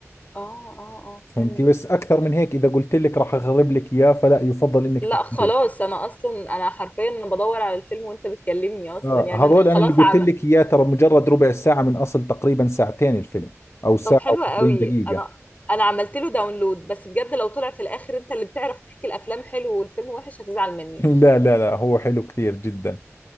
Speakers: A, on the left (about 30°); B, on the left (about 55°).
A: اه اه اه فهمت
B: فهمتي بس أكثر من هيك إذا قلت لك راح أخرب لك إياه فلا يفضل إنك
A: لا
B: تحضري
A: خلاص انا اصلا انا حرفيا انا بدور على الفيلم وانت بتكلمني اصلا
B: آه
A: يعني
B: هذول
A: انا خلاص
B: أنا اللي قلت
A: عم
B: لك إياه ترى مجرد ربع ساعة من أصل تقريبا ساعتين الفيلم أو ساعة
A: طب حلوة
B: و40
A: قوي
B: دقيقة
A: انا انا عملت له داونلود بس بجد لو طلع في الاخر انت اللي بتعرف تحكي الافلام حلو والفيلم وحش هتزعل مني
B: <laughs> لا لا لا هو حلو كثير جدا